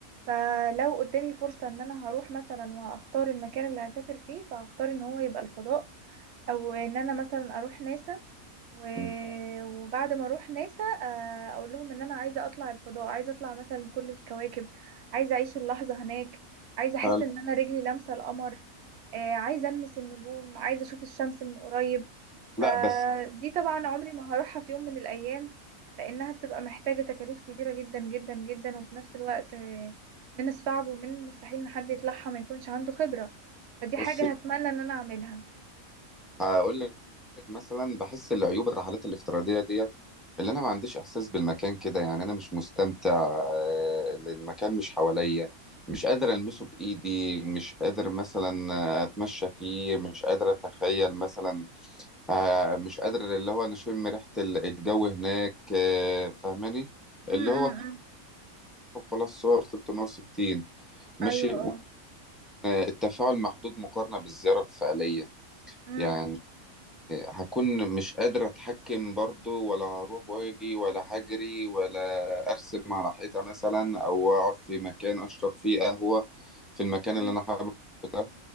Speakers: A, on the right; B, in the centre.
A: فلو قدامي فرصه ان انا هروح مثلا واختار المكان اللي هسافر فيه فهختار ان هو يبقى الفضاء او ان انا مثلا اروح ناسا و...
B: مم.
A: وبعد ما اروح ناسا آه، اقول لهم ان انا عايزه اطلع الفضاء عايزه اطلع مثلا كل الكواكب عايزه اعيش اللحظه هناك عايزه احس
B: هل-
A: ان انا رجلي لامسه القمر آه، عايزه المس النجوم عايزه اشوف الشمس من قريب
B: لا
A: فدي
B: بس
A: طبعا عمري ما هروحها في يوم من الايام لانها بتبقى محتاجه تكاليف كبيره جدا جدا جدا وفي نفس الوقت آه، من الصعب ومن المستحيل ان حد يطلعها ما يكونش عنده خبره فدي
B: بص،
A: حاجه هتمنى ان انا اعملها
B: هقول لك مثلا بحس العيوب الرحلات الافتراضية ديت اللي انا ما عنديش احساس بالمكان كده يعني انا مش مستمتع آه، المكان مش حواليا مش قادر المسه بايدي مش قادر مثلا آه، اتمشى فيه مش قادر اتخيل مثلا آه، مش قادر اللي هو انا اشم ريحة ال- الجو هناك آه، فاهماني اللي
A: م- م-
B: هو كل
A: م.
B: خلاص صور 360 ماشي
A: ايوه
B: و-
A: اه
B: آه، التفاعل محدود مقارنة بالزيارة الفعلية
A: امم
B: يعني هكون مش قادر اتحكم برضو ولا اروح واجي ولا هجري ولا ارسم على حيطة مثلا او اقعد في مكان اشرب فيه قهوة في المكان
A: امم
B: اللي انا حابه ده